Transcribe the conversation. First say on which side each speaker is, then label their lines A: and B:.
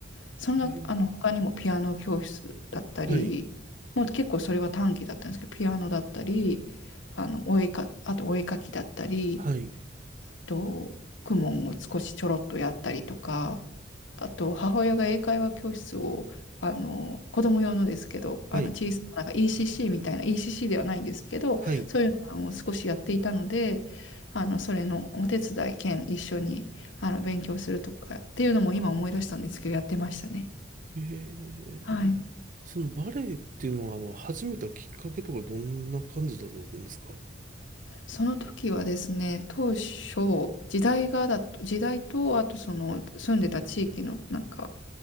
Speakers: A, on the left; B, on the right.
A: その中、
B: えー
A: あの、他にもピアノ教室だったり、
B: はい。
A: もう結構それは短期だったんですけど、ピアノだったり、あの、お絵か、あとお絵描きだったり、
B: はい。
A: あと、公文を少しちょろっとやったりとか、あと、母親が英会話教室を、あの、子供用のですけど、あの、
B: はい。
A: 小さな、なんか ECC みたいな、ECC ではないんですけど、
B: はい。
A: そういうのを少しやっていたので、あの、それのお手伝い兼一緒に、あの、勉強するとかっていうのも今思い出したんですけど、やってましたね。
B: えー、
A: はい。
B: そのバレエっていうのは、あの、始めたきっかけとかどんな感じだったんですか
A: その時はですね、当初、時代がだと、時代と、あとその住んでた地域のなんか、